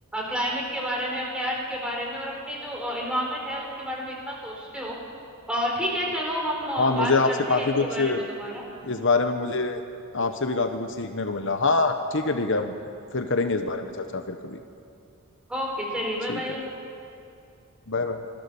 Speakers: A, in the centre; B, on the left.
A: क्लाइमेट के बारे में अपने अर्थ के बारे में और अपने जो इन्वायरमेंट है उसके बारे में इतना सोचते हो और ठीक है चलो हम अ,
B: हाँ
A: बात
B: मुझे आपसे
A: करते
B: काफी
A: हैं इसके
B: कुछ
A: बारे में दोबारा
B: इस बारे में मुझे आपसे भी काफी कुछ सीखने को मिला हाँ ठीक है ठीक है हम फिर करेंगे इस बारे में चर्चा फिर कभी
A: ओके चलिए
B: ठीक
A: बाय बाय
B: है Bye bye